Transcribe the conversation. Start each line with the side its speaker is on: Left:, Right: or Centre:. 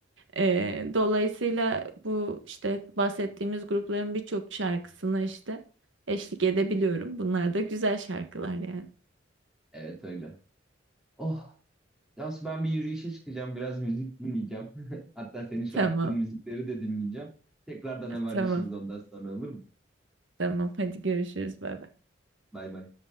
Right: E, dolayısıyla bu işte bahsettiğimiz grupların birçok şarkısına işte eşlik edebiliyorum. Bunlar da güzel şarkılar yani.
Centre: Evet öyle. Oh. Cansu ben bir yürüyüşe çıkacağım. Biraz müzik dinleyeceğim. <laughs> Hatta senin şu
Right: Tamam,
Centre: attığın müzikleri de dinleyeceğim. Tekrardan haberleşiriz
Right: tamam,
Centre: ondan sonra olur mu?
Right: tamam. Hadi görüşürüz. Bay bay.
Centre: Bay bay.